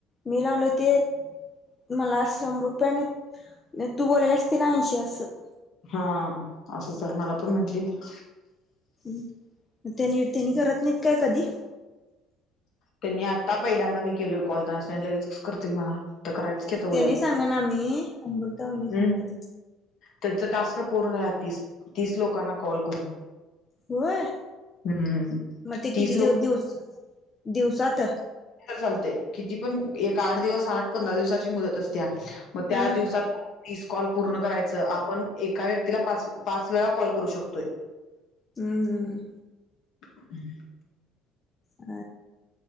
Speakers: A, on the left; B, on the left.
A: मी लावले ते मला शंभर रुपये आणि तू बोलायल्यास तिला ऐंशी असं.
B: हा असंच आहे मला पण म्हंटली ती.
A: हम त्यानी त्यांनी करत नाहीत काय कधी?
B: त्यांनी आता पहिल्यांदा मी केलोय कॉल त्यांनासनी लगेच कस करतील मला? तर करायचं की उद्या
A: त्यांनी सांगा
B: पंधरा
A: ना आम्ही अमृता वहिनी सांगाली.
B: हम्. त्यांच टास्क पूर्ण झाल्यात तीस तीस लोकांना कॉल करून.
A: होय
B: हम्म
A: मग ते
B: तीस
A: किती दिव दिवस दिवसात?
B: चालतेय किती पण एक आठ दिवस आठ पंधरा दिवसाची मुदत असत्या. मग त्या
A: हम्म
B: दिवसात. तीस कॉल पूर्ण करायचं आपण एका व्यक्तीला पाच पाच वेळा कॉल करू शकतोय.
A: हम्म हम्म.
B: हम्.
A: अ